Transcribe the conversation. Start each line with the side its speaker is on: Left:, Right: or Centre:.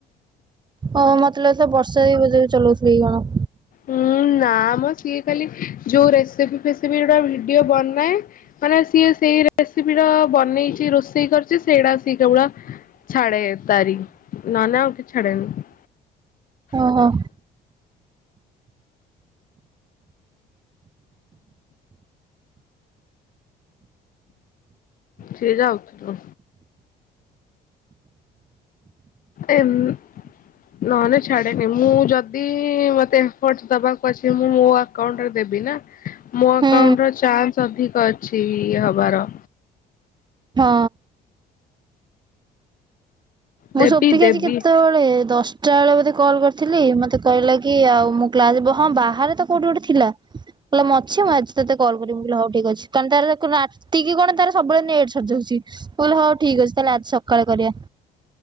Right: ହଁ ମତେ ଲାଗୁଥିଲା ବର୍ଷା ବି ବୋଧେ ଚଲାଉଥିଲେକି କଣ।
Left: ହୁଁ ନା ମ ସିଏ ଖାଲି ଯୋଉ ରେସିପି ଫେସିପି ଗୁଡା ଭିଡିଓ ବନାଏ ମାନେ ସିଏ ସେଇ ରେସିପି ର ବନେଇଛି ରୋଷେଇ କରିଛି ସେଇଟା ସିଏ କେବଳ ଛାଡ଼େ ତାରି ନହେଲେ ଆଉ କିଛି ଛାଡ଼େ ନି।
Right: ଓହୋ।
Left: ସେ ଯାଉଥୁଲୁ। ଏମ ନହେଲେ ଛାଡ଼େ ନି ମୁଁ ଯଦି ମତେ ଏଫଟ୍ ଦବାକୁ ଅଛି ମୁଁ ମୋ ଆ ଆକାଉଣ୍ଟ ରେ ଦେବି ନା ମୋ ଆକାଉଣ୍ଟ
Right: ହୁଁ
Left: ର ଚାନ୍ସ ଅଧିକ ଅଛି ହବାର।
Right: ହଁ।
Left: ଦେବି
Right: ମୁଁ ସପିକି
Left: ଦେବି।
Right: ଆଜି କେତେବେଳେ ଦଶ ଦଶଟା ବେଳେ ବୋଧେ କଲ୍ କରିଥିଲି ମତେ କହିଲା କି ଆଉ ମୁଁ କ୍ଲାସ୍ ଯିବି ହଁ ବାହାରେ ତ କୋଉଠି ଗୋଟେ ଥିଲା। କହିଲା ମୁଁ ଅଛି ମୁଁ ଆଜି ତତେ କଲ କରିବି ମୁଁ କହିଲି ହଉ ଠିକ ଅଛି କାରଣ ରାତିକି କଣ ତାର ସବୁବେଳେ ନେଟ୍ ସରିଯାଉଛି। ମୁଁ କହିଲି ହଉ ଠିକ୍ ଅଛି ତାହେଲେ ଆଜି ସକାଳେ କରିବା।